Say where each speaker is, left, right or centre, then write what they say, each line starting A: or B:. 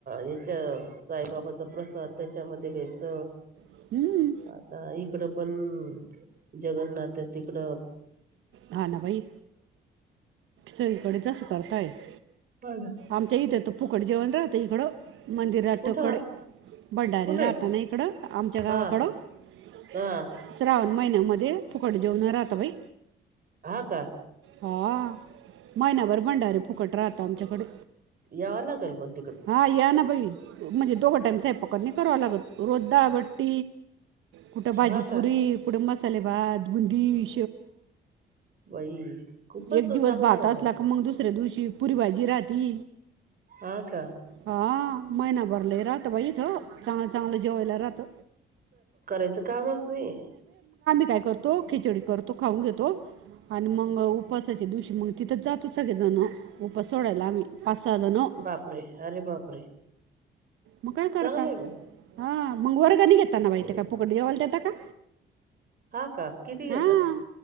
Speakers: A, on the right (about 45°); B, on the right (about 80°).
A: येच. साईबाबाचा प्रसाद त्याच्यामध्ये व्यायच
B: हम्म,
A: आता इकड पण जगन्नाथ तिकड
B: हा ना बाई सगळीकडे जास करताय <inaudible>
A: हा ना.
B: आमच्या येत त पूकडे जेवन रा आता इकड मंदिर आता
A: कुठं
B: कडे <inaudible> भंडारीे
A: कुठे
B: राहतना इकडं आमच्या गावाकडं
A: हा
B: <inaudible>
A: हा
B: श्रावण महिन्यामध्ये फुकड जेवण राहतं बाई
A: हा का
B: हा महिन्यावर भंडारी फुकट राहत आमच्याकडे,
A: याव लागल बग.
B: हा, या ना बाई, म्हणजे दोघटाईम स्वयंपाक नाही कराव लागत रोज दहा गट. कुठं भाजीपुरी,
A: हा का
B: कुठं मसाले भात, बुंदी.
A: बाई खूपच
B: एक
A: चांगलं
B: दिवस भात
A: आहे
B: असला का मग, दुसऱ्या दिवशी पुरी भाजी. जिराधी.
A: हा का
B: हा महिना. भरले राात भाईथो चांग चांगलं जेोयला राात
A: त्याच कामच नाही
B: काय करतो खिचडी करतो खाऊन घेतो आणि मग उपासाच्या दिवशी मग तिथं जातो सगळे जण उपास सोडायला आम्ही पासादनो
A: परे अरे बापरे
B: मग काय करता
A: चांगलं आहे
B: हा मग वर्गनी घताना
A: मग
B: बाहि ते का फुकड जेवाल देतता का
A: हा का किती येतं
B: हां